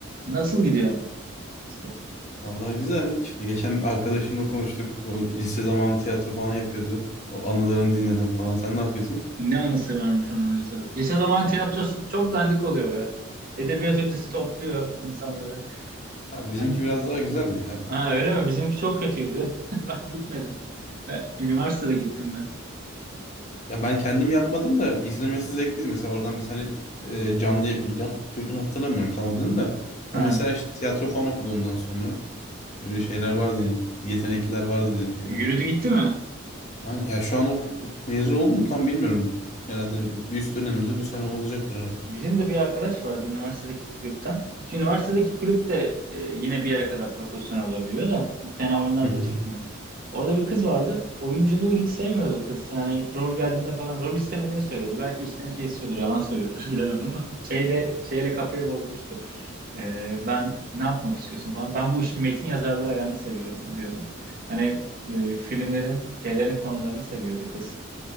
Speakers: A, on the right (about 45°); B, on the left (about 35°).
A: Nasıl gidiyor? İşte
B: Vallahi güzel. İşte geçen bir arkadaşımla konuştuk. O lise zamanı tiyatro falan yapıyordu. O anılarını dinledim falan. Sen ne yapıyorsun?
A: ne anısı varmış onun lisede. Lise zamanı tiyatrosu çok dandik oluyor be. Edebiyat hocası topluyor insanları.
B: Abi bizimki
A: Ben...
B: biraz daha güzeldi ya.
A: Ha öyle mi? Bizimki çok kötüydü. <laughs> Ben gitmedim. Ben- Üniversitede gittim ben.
B: Ya ben kendim yapmadım da izlemesi zevkliydi. Mesela oradan bir tane e, canlı can, çocuğunu hatırlamıyorum tam adını da.
A: Ha.
B: O mesela işte tiyatro falan okudu ondan sonra. Öyle şeyler vardı yani. Yetenekliler vardı bizim şeyde.
A: Yürüdü gitti mi?
B: Ben- ya şu an ok mezun oldum mu tam bilmiyorum. Herhalde bir üst dönemde bu sene olacaktır herhalde.
A: Bizim de bir arkadaş vardı üniversitedeki kulüpten. Ki üniversitedeki kulüp de e, yine bir yere kadar profesyonel olabiliyor da fena oyunlarda
B: Hı hı.
A: çıkmıyor. Orada bir kız vardı. Oyunculuğu hiç sevmiyordu kız. Yani rol geldiğinde falan rol istemediğini söylüyordu. Belki içten şey istiyordur, yalan söylüyordur <laughs> bilemem ama şeyle şeyle kafayı bozmuştu. E, ben ne yapmak istiyorsun falan. Ben bu işin metin yazarlığı ayağını seviyorum diyordu. Hani e, filmlerin, şeylerin konularını seviyordu kız.